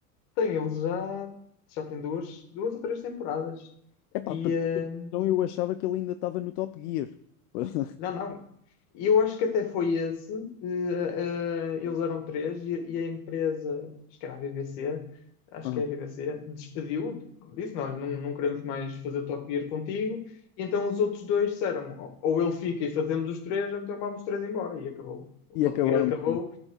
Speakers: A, on the left; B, on the left.
A: Tem, ele já, já tem duas, duas ou três temporadas.
B: Epá,
A: E,
B: para
A: eh,
B: ter noção, eu achava que ele ainda estava no Top Gear. <laughs>
A: não, não. E eu acho que até foi esse. eh, eh, eles eram três e, e a empresa, acho que era a BBC, acho
B: Aham.
A: que é a BBC, despediu, disse, não, olha, não, não queremos mais fazer o Top Gear contigo. E então os outros dois disseram, ou ou ele fica e fazemos os três, ou então vamos os três embora. E acabou. O
B: E
A: Top
B: acabaram
A: Gear acabou
B: por ir.